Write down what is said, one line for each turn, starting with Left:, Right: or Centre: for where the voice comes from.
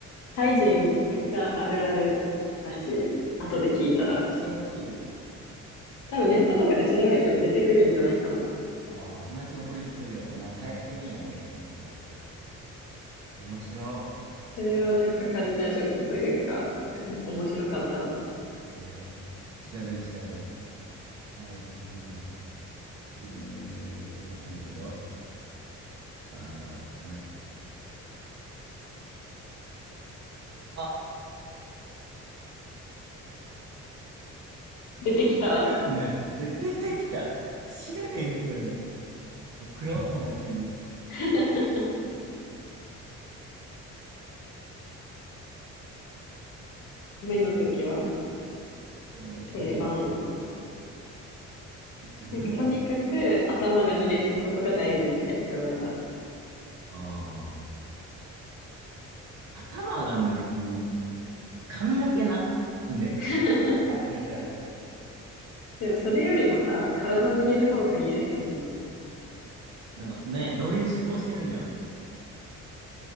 Left: タイ人めっちゃあるあるらしい。後で聞いたら。
Right: え、その写真欲しい。
Left: 多分ネットとかで調べても出てくるんじゃないかな。
Right: ああ、友達に送りつけるよ。お前、タイ人やんけって送るわ。面白。
Left: それはなんかカルチャーショックというか、ふ面白かったな。
Right: えー、調べる調べる。タイ人、ビニール袋、あー、飴。あ、
Left: 出てきた
Right: 待って、出てきた。知らねんけど、送ろう、友達に。
Left: <laughs> 目の時はもう
Right: いやうん、送るわ。
Left: 定番やな。
Right: 自分やんって。
Left: なんかとにかく頭が濡れへんことが大事みたい、どうやら。
Right: ああ、頭が濡れ、うん、髪の毛な。んで、
Left: <laughs>
Right: 絶対顔濡れちゃうし。
Left: でもそれよりもさ、体濡れる方が嫌やけどな。
Right: なんかね、どういう思考してるんやろ。